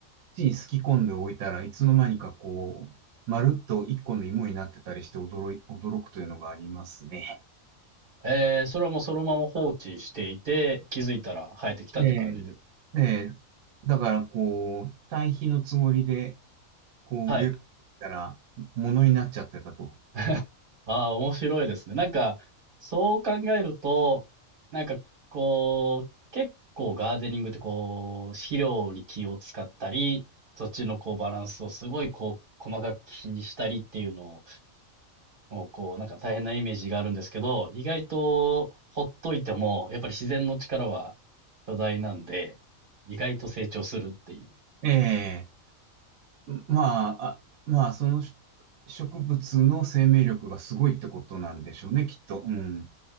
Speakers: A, on the right; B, on the right.
A: 地にすき込んでおいたらいつの間にかこう、まるっと一個の芋になってたりして驚い、驚くというのがありますね。
B: えー、それはもうそのまま放置していて、気づいたら生えてきたという感じです。
A: ええ、ええ、だからこう、堆肥のつもりで、こう植えたら、
B: はい。
A: ものになっちゃってたと。
B: <laughs> ああ、面白いですね。なんか、そう考えると、なんか、こう、結構ガーデニングってこう、肥料に気を使ったり、土地のこうバランスをすごいこう、細かく気にしたりっていうのをの、こう、なんか大変なイメージがあるんですけど、意外とほっといても、やっぱり自然の力は巨大なんで、意外と成長するっていう。
A: ええ、まあ、あ、まあ、そのし植物の生命力がすごいってことなんでしょうね、きっと。うん。